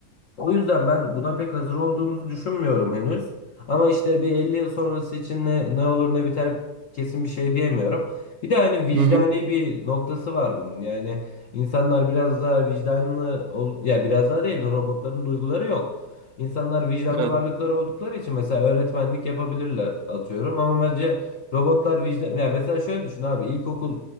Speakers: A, on the left; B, on the right.
A: O yüzden ben buna pek hazır olduğumuzu düşünmüyorum henüz. Ama işte bir 50 yıl sonrası için ne, ne olur ne biter kesin bir şey diyemiyorum. Bir de hani vicdani
B: hı hı.
A: bir noktası var bunun. Yani insanlar biraz daha vicdanlı ol ya biraz daha değil robotların duyguları yok. İnsanlar vicdanlı
B: Evet.
A: varlıklar oldukları için mesela öğretmenlik yapabilirler atıyorum ama bence robotlar vicdan ya mesela şöyle düşün abi ilkokul